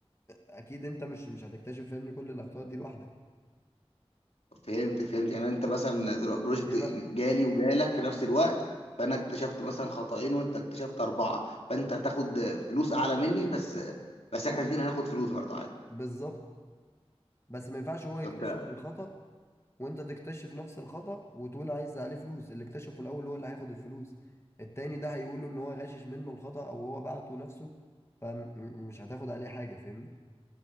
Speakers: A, on the left; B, on the left.
A: اكيد انت مش مش هتكتشف فاهمني كل الاخطاء دي لوحدك
B: فهمت فهمت يعني انت مثلا دلوقتي بروجكت
A: بيبقى
B: جالي وجالك في نفس الوقت فانا اكتشفت مثلا خطأين وانت اكتشفت اربعه فانت هتاخد فلوس اعلى مني بس بس احنا الاثنين هناخد فلوس برضه عادي
A: بالظبط بس ما ينفعش هو يكتشف
B: طب ده
A: الخطأ وانت تكتشف نفس الخطأ وتقول عايز عليه فلوس اللي اكتشفه الاول هو اللي هياخد الفلوس التاني ده هيقوله ان هو غاشش منه الخطأ او هو بعته نفسه فمش هتاخد عليه حاجة فاهمني